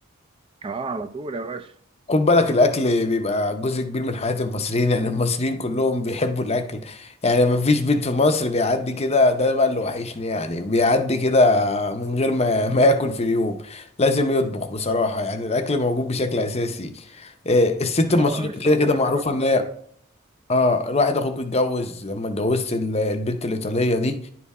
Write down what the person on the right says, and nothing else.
أه على طول يا باشا
أه
الشعب
هناك
كده
أكيد